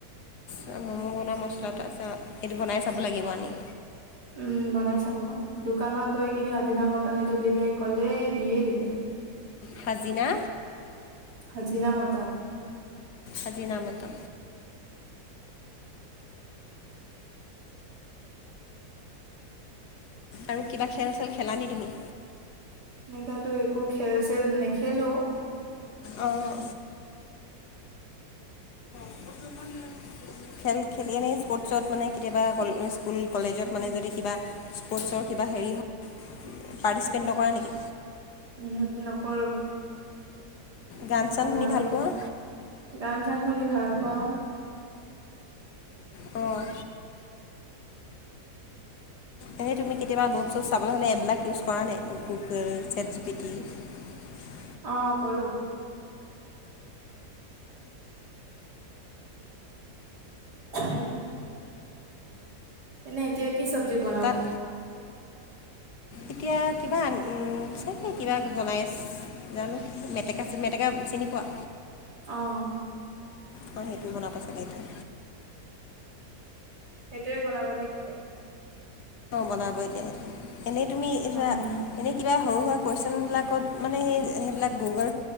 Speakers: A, on the left; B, on the right.
A: তাৰছ মম' গুণা মছলা তাপিছত এইটো বনাই চাব লাগিব আনি
B: উম বনাই চাব, দোকানত গৈ কিনি হাজিনা মটৰ এইটো দিলে ক'লে দিয়ে দিব।
A: হাজিনা।
B: আজিনা মতা।
A: আজিনা মতা। আৰু কিবা খেল চেল খেলা নি তুমি?
B: এনেকোৱাতো একো খেল চেল নেখেলো।
A: অঁ <unintelligible> খেল খেলি এনেই স্পৰ্টছত মানে কেতিয়াবা স্কুল কলেজত মানে যদি কিবা স্পৰ্টছ <unintelligible> কিবা হেৰি হক, পাৰ্টিচিপেট নকৰা নেকি?
B: উম নকৰো।
A: গান চান
B: ভাল
A: শুনি
B: নালাগে,
A: পোৱা
B: গান চান শুনি ভাল পাওঁ।
A: অ', এনেই তুমি কেতিয়াবা নোট চোট চাবলৈ হ'লে এপবিলাক ইউজ কৰা নে, গুগল, চেটজিপিটি। <unintelligible>
B: অ', কৰো। <unintelligible> এনে এতিয়া কি চব্জি বনাব?
A: তাত এতিয়া কিবা আন, চে কিবা বনাইছ জানো, মেটেকা চি মেটেকা চিনি পোৱা?
B: আহ
A: অঁ সেইটোৱ শুনাব চাগে এইটোৱে
B: সেইটোয়ে বনাব নেকি?
A: অ বনাব এতিয়া এনেই তুমি এ
B: অ',
A: এনে কিবা? সৰু সুৰা কুৱেশন বিলাকত মানে সেই সেইবিলাক গুগল